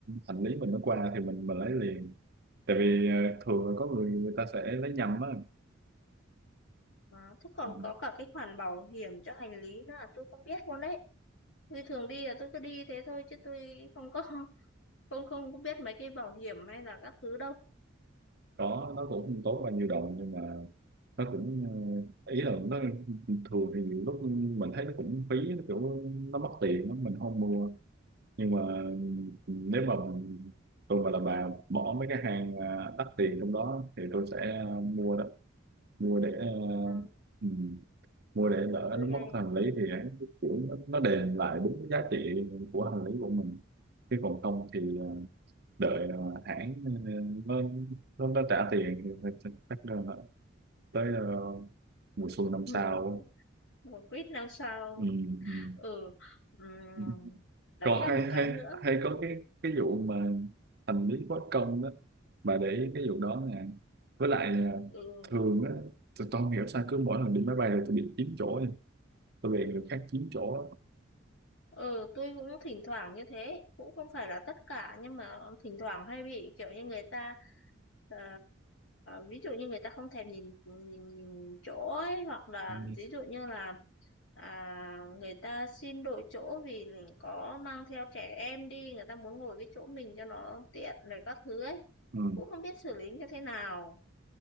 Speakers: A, on the right; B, on the left.
A: hành lý mình nó qua thì mình mình lấy liền tại vì ờ, thường là có người người ta sẽ lấy nhầm á
B: à, thế còn
A: Ờ,
B: có cả cái khoản bảo hiểm cho hành lý nữa là tôi không biết luôn đấy. Tôi thường đi là tôi cứ đi thế thôi chứ tôi không có không không có biết mấy cái bảo hiểm hay là các thứ đâu.
A: có nó cũng không tốt bao nhiêu đồng nhưng mà nó cũng ờ, ý là nó thường thì nhiều lúc mình thấy nó cũng phí nó kiểu nó mất tiền lắm, mình không mua nhưng mà nếu mà mình tôi mà là bà bỏ mấy cái hàng à, đắt tiền trong đó thì tôi sẽ à, mua đó mua để ờ,
B: Ừ,
A: ừ, mua để lỡ
B: tôi
A: nó mất
B: hay
A: hành lý thì hắn kiểu nó, nó đền lại đúng cái giá trị của hành lý của mình chứ còn không thì ờ, đợi ờ, hãng ờ, nó, nó nó trả tiền thì thì- thì chắc là tới ờ, mùa xuân
B: <laughs>
A: năm
B: một
A: sau
B: một quýt năm sao.
A: ừ, ừ.
B: Ừ, ừm,
A: ừ.
B: đấy
A: còn
B: là
A: hay
B: một
A: hay
B: cái nữa.
A: hay có cái cái vụ mà hành lý bất công đó bà để ý cái vụ đó nè với lại ờ,
B: Ừ.
A: thường á tôi tôi không hiểu sao cứ mỗi lần đi máy bay là tôi bị chiếm chỗ nha. tôi bị người khác chiếm chỗ
B: Ừ, tôi cũng thỉnh thoảng như thế, cũng không phải là tất cả nhưng mà thỉnh thoảng hay bị kiểu như người ta ờ, ví dụ như người ta không thèm nhìn, nhìn, nhìn chỗ ấy hoặc là
A: ừ,
B: ví dụ như là à, người ta xin đổi chỗ vì có mang theo trẻ em đi, người ta muốn ngồi cái chỗ mình cho nó tiện rồi các thứ ấy.
A: ừ,
B: Cũng không biết xử lý như thế nào.